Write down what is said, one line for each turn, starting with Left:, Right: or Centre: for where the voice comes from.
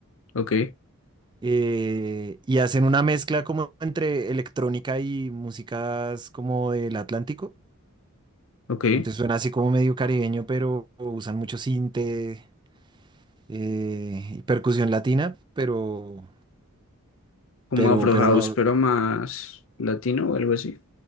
Left: Ok,
Right: eh, y hacen una mezcla como entre electrónica y músicas como del Atlántico.
Left: ok.
Right: Entonces suena así como medio caribeño, pero usan mucho sinte. eh, y percusión latina, pero,
Left: como
Right: pero,
Left: Afro
Right: pero
Left: House,
Right: no,
Left: pero más latino o algo así.